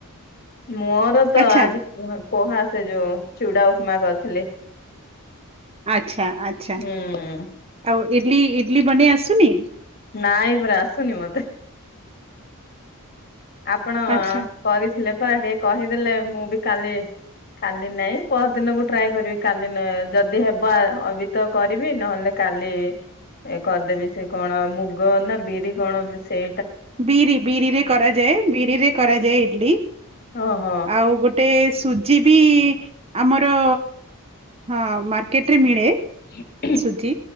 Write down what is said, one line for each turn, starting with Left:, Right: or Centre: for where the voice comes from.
Left: ମୋର ତ
Right: ଆଚ୍ଛା
Left: ଆଜି ପୁହା ପୋହା ସେ ଯୋଉ ଚୁଡ଼ା ଉପମା କରିଥିଲି।
Right: ଆଚ୍ଛା ଆଚ୍ଛା
Left: ହୁଁ
Right: ଆଉ ଇଡଲି ଇଡଲି ବନେଇ ଆସୁନି?
Left: ନାଇଁ ପରା ଆସୁନି ମତେ। ଆପଣ
Right: ଆଚ୍ଛା
Left: କରିଥିଲେ ପରା ଟିକେ କହିଦେଲେ ମୁଁ ବି କାଲି କାଲି ନାଇଁ ପହର ଦିନକୁ ଟ୍ରାଏ କରିବି କାଲି ନାଇଁ ଯଦି ହେବ ଆ ଅବି ତ କରିବି ନହେଲେ କାଲି କରିଦେବି ସେ କଣ ମୁଗ ନା ବିରି କଣ ସେ
Right: ବିରି ବିରି ରେ କରାଯାଏ ବିରିରେ କରାଯାଏ ଇଡଲି।
Left: ଓହ
Right: ଆଉ ଗୋଟେ ସୁଜି ବି ଆମର ହଁ ମାର୍କେଟରେ ମିଳେ
Left: <unintelligible>
Right: ସୁଧୀ